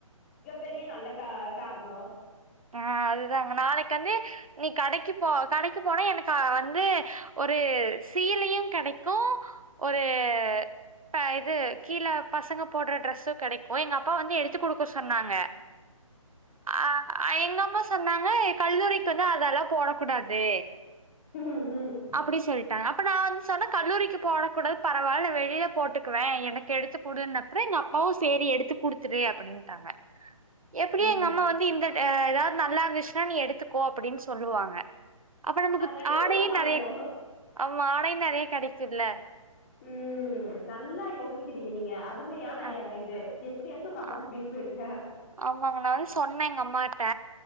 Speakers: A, on the left; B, on the right.
A: பெரிய நல்ல க கார்ணோ
B: ஆ அதுதாங்க நாளைக்கு வந்து நீ கடைக்கு போ கடைக்கு போனா எனக்கு வந்து ஒரு சீலயு கெடைக்கு ஒரு இப்ப இது கீழ பசங்க போட்ற டிரெஸ்ஸு கெடைக்கு எங்க அப்பா வந்து எடுத்து குடுக் எப்போ சொன்னாங்க ஆ அ எங்கம்மா சொன்னாங்க கல்லூரிக்கு வந்து அதலா போட கூடாது
A: ம் ம்
B: அப்டி சொல்ட்டாங்க அப்ப நா வந்து சொன்னே கல்லூரிக்கு போட கூடாது பரவால்ல நா வெளில போட்டுக்குவே எனக்கு எடுத்து குடுன்னு ப்றோ எங்க அப்பாவு சேரி எடுத்து குடுத்துரு அப்பிடின்ட்டாங்க எப்பிடியு
A: ம்
B: எங்க அம்மா வந்து இந்த அ எதாவ் நல்லா இருந்துச்சுனா நீ எடுத்துக்கோ அப்டின் சொல்லுவாங்க அப்ப நமக்குத்
A: அதுக்காட்டி உங்களுக்கு
B: ஆடயே
A: அம்மா
B: நெறயக்
A: வேணு
B: அவ்வாடையுன் நெறையக் கெடைக்கில்ல
A: ம் நல்லா யோசிக்கிறீங்க நீங்க அருமையான
B: அ
A: எ இது எப்டியாச்சு உங்க அம்மாவ
B: அ
A: கூட்டிட் போயிருங்க
B: ஆமாங்க நா வந் சொன்னே எங்க அம்மாட்ட